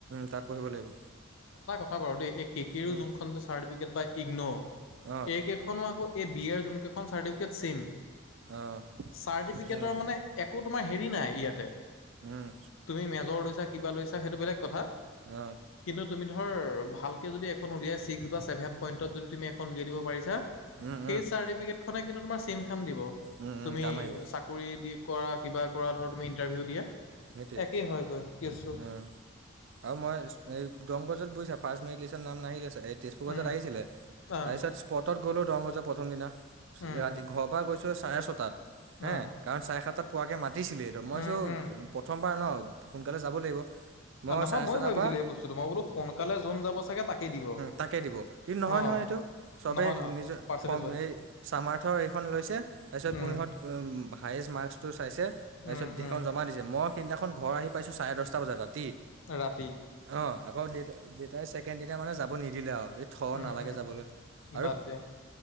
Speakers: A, on the right; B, on the left.
A: তাত পঢ়িব লাগিব।
B: <unintelligible> দেই এই কে কে‌
A: উম,
B: যোনখন চাৰ্টিফিকট বা ইগন
A: অ',
B: এই কেখনো আকৌ এই বিয়েৰ যোনখন খন চাৰ্টিফিকেট ছেম।
A: অ',
B: চাৰ্টিফিকেটৰ
A: সেই হ'ব
B: মানে একো তোমাৰ হেৰি নাই ইয়াতে।
A: উম,
B: তুমি মেজৰ লৈছা, কিবা লৈছা, সেইটো বেলেগ কথা
A: অ',
B: কিন্তু তুমি ধ ধৰ ভালকৈ যদি এখন উলিয়াই ছিক্স বা ছেভেন পইণ্টত যদি তুমি এখন উলিয়াই দিব পাৰিছা।
A: উম,
B: সেই
A: উম,
B: চাৰ্টিফিকেটখনএ কিন্তু তোমাক ছেম কাম দিব,
A: উম,
B: তুমি
A: উম, কাম আহিব
B: চাকৰি দি কৰা কিবা কৰা ধৰ তুমি ইণ্টাৰভিউ দিয়া।
A: সেইটোয়ে
B: একেই হয়গৈ কেছটো।
A: উ, আৰু মই এই দংগজত বৈ চাব। ফাৰ্ষ্ট মেৰিট লিষ্ট নাম নিলে এই তেজপুৰ গজত
B: উম,
A: আহিছিলে
B: অ',
A: তাৰপিছত স্পটত গ'লো ৰৰংগজৰ প্ৰথম দিনা।
B: উম,
A: ৰাতি ঘৰৰ পৰা গৈছো চাৰে ছটাত হে
B: অ',
A: কাৰণ চাৰে সাতটাত পোৱাকে মাতি পাতিছিল এইটো মই
B: উম,
A: চো
B: উম।
A: প্ৰথমবাৰ ন সোনকালে যাব লাগিব। মই
B: নহয়
A: চাৰে
B: ময়
A: ছটাৰ
B: ভাবিছিলো
A: পৰা
B: সেই বস্তুটো মই বোলো সোনকালে যোন যাব চাগে তাকেই দিব
A: তাকে দিব কিন্তু নহয়
B: অ'।
A: নহয় চবেই
B: নহয় নহয়
A: নিজৰ
B: পাৰ্চেণ্টেজ
A: ফৰ্ম
B: ৱাইজ
A: এই সামাৰথ এইখন লৈছে তাৰপিছত
B: উম,
A: কোন সহত উ হায়েষ্ট মাৰ্কচ টো চাইছে, তাৰ
B: উম,
A: পিছত সেইখন
B: উম,
A: জমা দিছে মই সেইদিনাখন ঘৰ আহি পাইছো চাৰে দহটা বজাত ৰাতি
B: ৰাতি।
A: অঁ আকৌ দ তাই ছেকেণ্ড দিনা মানে যাব নিদিলে আৰু এই থ,
B: উম,
A: নালাগে
B: উম,
A: যাবলৈ আৰু
B: বাদ দে